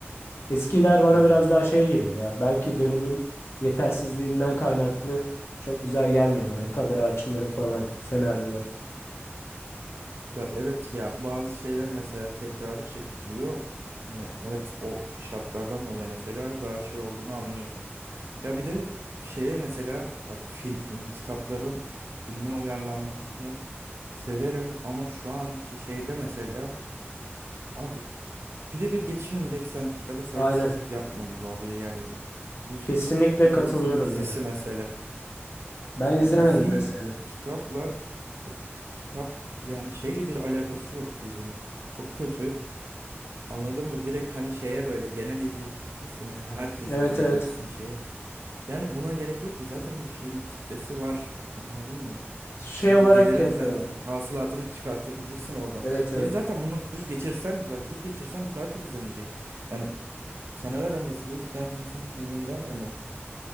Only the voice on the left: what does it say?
Eskiler bana
biraz daha şey geliyor ya. Belki dönemin yetersizliğinden kaynaklı çok güzel gelmiyor
bana. Kamera açıları falan, senaryolar.
Aynen.
Kesinlikle
katılıyorum
ya.
Ben izlemedim
mesela.
Evet
evet.
Şey
olarak
yapıyorlar.
Evet evet.